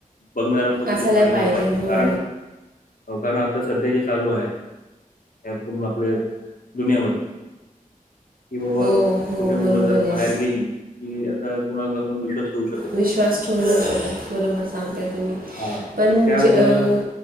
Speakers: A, on the left; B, on the right.
A: बघणारं, कोणीतरी
B: असायला
A: पाठीमागं पाहिजे
B: हो
A: कारण- <unintelligible> तर सध्या जे चालू आहे, त्या पूर्ण आपले दुनियामधी कि बाबा
B: हो
A: छोटे
B: हो
A: मुलं
B: बरोबर
A: जर बाहेर
B: आहे
A: गेली की आता कुणाला आपण विश्वास ठेऊ शकतो
B: विश्वास ठेवू न शकत, बरोबर सांगताय तुम्ही,
A: हा
B: पण
A: तर त्यामुळं
B: जे अं